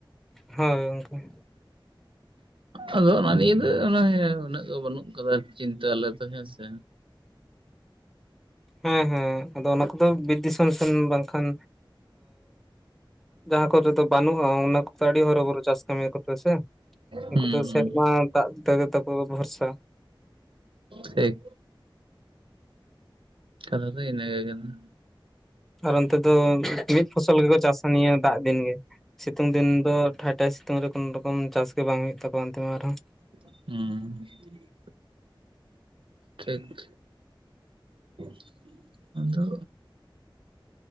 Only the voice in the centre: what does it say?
ᱦᱳᱭ ᱜᱚᱝᱠᱮ ᱾
ᱦᱮᱸ ᱦᱮᱸ ᱟᱫᱚ ᱚᱱᱟ ᱠᱚᱫᱚ ᱵᱤᱨ ᱫᱤᱥᱚᱢ ᱥᱮᱱ ᱵᱟᱝᱠᱷᱟᱱᱼᱼ ᱡᱟᱦᱟᱸ ᱠᱚᱨᱮ ᱫᱚ ᱵᱟᱹᱱᱩᱜᱼᱟ ᱚᱱᱟ ᱠᱚᱼᱼ ᱛᱚ ᱟᱹᱰᱤ ᱦᱚᱨᱚ ᱵᱚᱨᱚ ᱪᱟᱥ ᱠᱟᱹᱢᱤ ᱠᱚᱫᱚ ᱦᱮᱸᱥᱮ ᱩᱱᱠᱩ
ᱥᱮᱨᱢᱟ ᱫᱟᱜ ᱛᱮᱜᱮ ᱛᱟᱠᱚ ᱵᱷᱚᱨᱥᱟᱼᱼ
ᱟᱨ ᱚᱱᱛᱮ ᱫᱚ ᱢᱤᱫ ᱯᱷᱚᱥᱚᱞ ᱜᱮ ᱠᱚ ᱪᱟᱥᱟ ᱱᱤᱭᱟᱹ ᱫᱟᱜ ᱫᱤᱱ ᱜᱮᱼᱼ ᱥᱤᱛᱩᱝ ᱫᱤᱱ ᱫᱚ ᱴᱷᱟᱭ ᱴᱷᱟᱭ ᱥᱤᱛᱩᱝ ᱨᱮ ᱠᱳᱱᱳ ᱨᱚᱠᱚᱢ ᱪᱟᱥ ᱜᱮ ᱵᱟᱝ ᱦᱩᱭᱩᱜ ᱛᱟᱠᱚᱣᱟ ᱚᱱᱛᱮ ᱢᱟ ᱟᱨᱦᱚᱸ ᱾